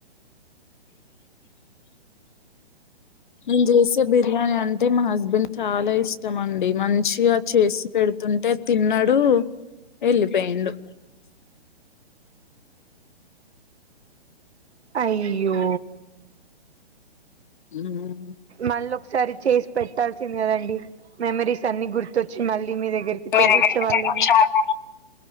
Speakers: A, on the left; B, on the right.
A: నేను చేసే బిర్యానీ అంటే మా హస్బెండ్ చాలా ఇష్టం అండి మంచిగా చేసి పెడు తుంటే తిన్నాడు వెళ్ళిపోయిండు
B: అయ్యో
A: మ్మ్
B: మళ్ళీ ఒకసారి చేసి పెట్టాల్సింది కదా అండి మెమరీస్ అన్ని గుర్తొచ్చి మళ్ళీ మీ దగ్గరికి
A: మీ
B: తిరిగి వచ్చే వాళ్ళేమో
A: దగ్గర షాప్